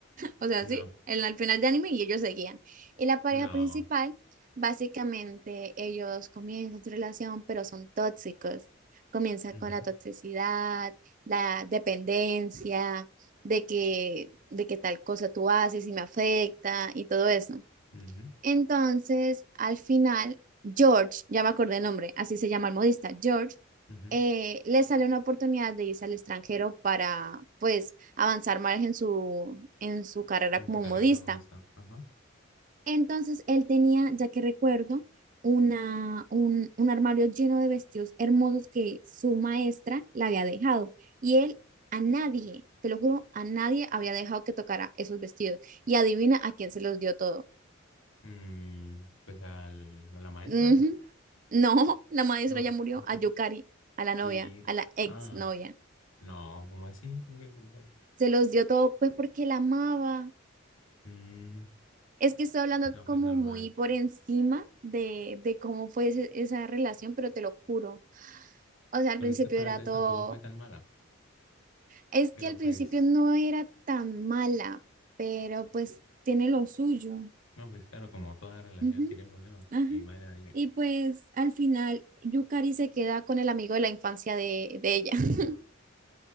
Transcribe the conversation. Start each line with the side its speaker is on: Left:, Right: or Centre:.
Right: O sea,
Left: No,
Right: sí, en al final de anime y ellos seguían. Y la pareja
Left: no.
Right: principal, básicamente ellos comienzan su relación, pero son tóxicos. Comienza
Left: Ujú,
Right: con la toxicidad, la dependencia, de que, de que tal cosa tú haces y me afecta y todo eso.
Left: ujú,
Right: Entonces, al final, George, ya me acordé el nombre, así se llama el modista, George,
Left: ujú.
Right: eh, le sale una oportunidad de irse al extranjero para, pues, avanzar más en su, en su carrera
Left: En
Right: como
Left: su carrera
Right: modista.
Left: modista. Ajá.
Right: Entonces, él tenía, ya que recuerdo, una, un, un armario lleno de vestidos hermosos que su maestra le había dejado. Y él a nadie, te lo juro, a nadie había dejado que tocara esos vestidos. Y adivina a quién se los dio todo.
Left: Mm, pues al- a la maestra,
Right: Ujú.
Left: ¿no?
Right: No, la maestra
Left: No,
Right: ya murió
Left: aquí.
Right: a Yukari, a la novia,
Left: Y,
Right: a la ex
Left: ah,
Right: novia.
Left: no, ¿cómo así? ¿Cómo que le- fue?
Right: Se los dio todo, pues porque la amaba.
Left: Mm,
Right: Es que estoy hablando
Left: no,
Right: como
Left: pues normal.
Right: muy por encima de, de cómo fue ese- esa relación, pero te lo juro. O sea, al
Left: Pero,
Right: principio
Left: ent- pero
Right: era
Left: entonces
Right: todo.
Left: tampoco fue tan mala.
Right: Es
Left: Pero
Right: que al principio
Left: pues,
Right: no era tan mala, pero pues tiene lo suyo.
Left: no, pues claro, como toda relación
Right: Ujú,
Left: tiene problemas.
Right: ajá.
Left: Y madre de anime.
Right: Y pues al final, Yukari se queda con el amigo de la infancia de, de ella. <laughs>